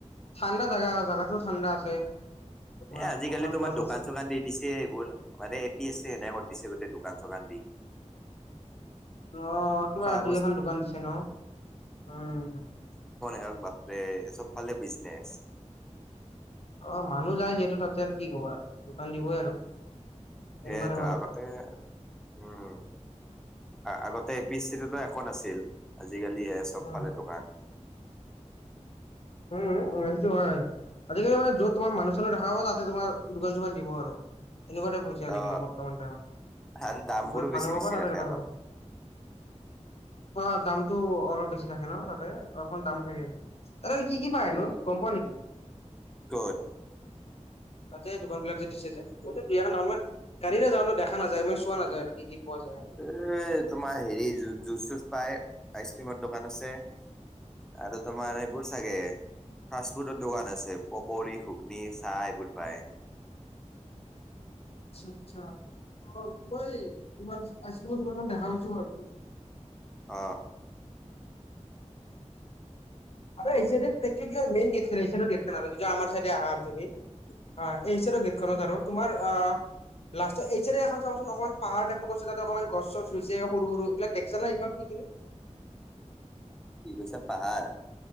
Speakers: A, on the left; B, in the centre.
A: ঠাণ্ডা জাগা, জাগাতো ঠাণ্ডা আছে। তোমাৰ
B: এ, আজিকালি
A: অকমান
B: তোমাৰ,
A: গছ
B: দোকান
A: গছ
B: -চোকান দি দিছে। <unintelligible> মানে, এ পি এছ চি সেনেকে দিছে বোলে, দোকান- চোকান দি।
A: অ'! কিবা
B: খোৱা
A: দুই,
B: বস্তু
A: এখন দোকান দিছে ন'? উম!
B: হে বাপৰে! চব ফালে বিজনেছ।
A: অ'! মানুহ যায়। যিহেতু, তাতে আৰু কি ক'বা আৰু দোকান দিবই আৰু। তেনেকুৱা
B: সেইয়াইটো!
A: টাইপৰ কথা।
B: আগতে উম! আগতে, এ পি এছ চি টো একো নাছিল। আজিকালি এ, চবফালে
A: উম,
B: দোকান।
A: উম! সেইটো হয়। আজিকালি মানে, য'ত তোমাৰ, মানুহ- চানুহ দেখা পোৱা, তাতে তোমাৰ, দোকান- চোকান দিব আৰু। এনেকুৱা টাইপ হৈছে, আজিকালি
B: অ
A: বৰ্তমান টাইমত।
B: আৰু দাম বোৰো
A: য'ত
B: বেছি
A: মানুহ হ'ব,
B: বেছি
A: তাতে
B: ৰাখে
A: দোকান
B: অলপ।
A: হ'ব। অ'! দামটো অলপ বেছি থাকে ন' তাতে? অকন দাম থাকে! তাতেনো, কি কি পায়নো,
B: উম
A: গম পোৱা নেকি?
B: ক'ত
A: তাতে দোকান বিলাক, যে দিছে যে। কিন্তু, দুই, এখন নৰ্মেল। গাড়ী ৰে যাওঁ ন দেখা নাযায় মানে চোৱা নাযায় আৰু কি কি পোৱা যায়।
B: এ তোমাৰ হেৰি জুচ চুজ পাই আইচ ক্ৰীমৰ দোকান আছে। আৰু তোমাৰ, এইবোৰ চাগে ফাষ্ট ফুডৰ দোকান আছে। পকৰী, ঘুগনি, চাহ এইবোৰ পায়।
A: আচ্ছা আচ্ছা মই তোমাৰ আইচক্ৰীম দোকানত দেখা পাইছো বাৰু
B: অ
A: আৰু এইচাইদে বিশেষকৈ মেইন গেট খন এই চাইদৰ গেট খন আৰু যিটো আমাৰ চাইডে আহা তুমি অ এইচাইদৰ গেটখনত আৰু তোমাৰ অ লাষ্টত এইচাইদে এখন চাবাচোন অকমান পাহাৰ টাইপোৰ গছ তাতে অকণমান গছ চছৰুইছে সৰু সৰু এইবিলাক দেখছা না সেইকণ কি কিনো?
B: কি কৈছা পাহাৰ।